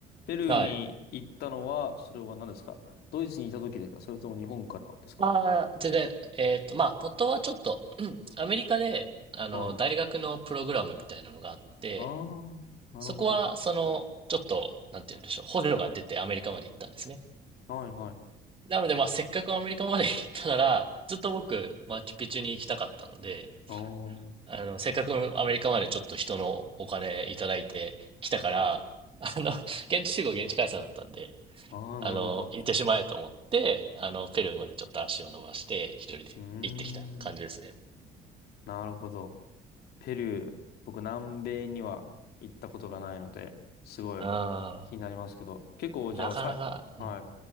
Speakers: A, on the left (about 70°); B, on the right (about 30°).
A: ペルーに行ったのは、
B: はい。
A: それは何ですかドイツにいた時ですかそれとも日本からですか
B: ああ、全然、えっと、まあ、ポットはちょっと、うんアメリカで、あの、
A: はい。
B: 大学のプログラムみたいなのがあって、
A: ああ、なるほど。
B: そこは、その、ちょっと、なんて言うんでしょう、補助が出てアメリカまで行ったんですね。
A: はいはい。
B: なので、まあ、せっかくアメリカまで <laughs> 行ったなら、ずっと僕、マチュピチュに行きたかったので、
A: ああ、
B: あの、せっかくアメリカまでちょっと人のお金いただいてきたから、あの、現地集合、現地解散だったんで、
A: ああ、
B: あの、
A: なるほど。
B: 行ってしまえと思って、あの、ペルーまでちょっと足を伸ばして、一人で行ってきた感じですね。
A: うーん、なるほど。ペルー、僕南米には行ったことがないので、すごい
B: あ
A: 気になりますけど、結構じゃあさ、
B: あ、なかなか、
A: はい。
B: うん。